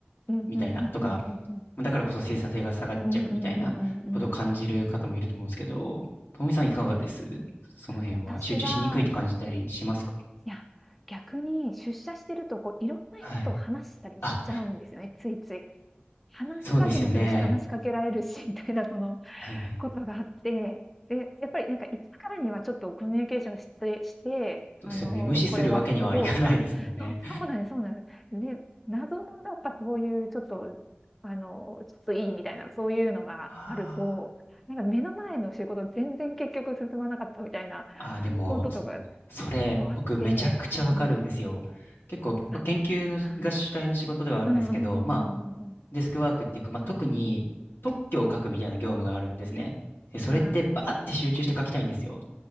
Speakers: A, in the centre; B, on the left (about 65°).
A: うん。うんうんうんうんうん。
B: みたいなとか、だからこそ生産性が下がっちゃうみたいなことを感じる方もいると思うんですけど、
A: うんうんうんうんうん。
B: ともみさんいかがですその辺は集中しにくいって感じたりしますか
A: 私は、いや、逆に出社してると、こう、いろんな人と話したりしちゃうんですよね、
B: はい。あ、
A: ついつい。話しかけもするし、
B: そうですよね。
A: 話しかけられるし、<laughs> みたいな、その、
B: はいはい。
A: ことがあって、で、やっぱりなんかいつからにはちょっとコミュニケーションして、して、
B: そうですよね。
A: あの、
B: 無視するわけにはいかないですもんね。
A: これ終わらせとこうとか、そう、そうなんです、そうなんです。で、謎のやっぱそういうちょっと、あの、ちょっといいみたいな、そういうのがあると、
B: あー
A: なんか目の前の仕事全然結局進まなかったみたいな
B: あー、でも、
A: こととか
B: それ、
A: こうあって、
B: 僕めちゃくちゃわかるんですよ。
A: うん、
B: 結構、
A: あ、
B: まあ、研究のが主体の仕事ではあるんですけど、
A: はあ、うんうんうんうんうんうん。
B: まあ、デスクワークっていうか、まあ、特に特許を書くみたいな業務があるんですね。で、それってバーって集中して書きたいんですよ。
A: はい。あ、こ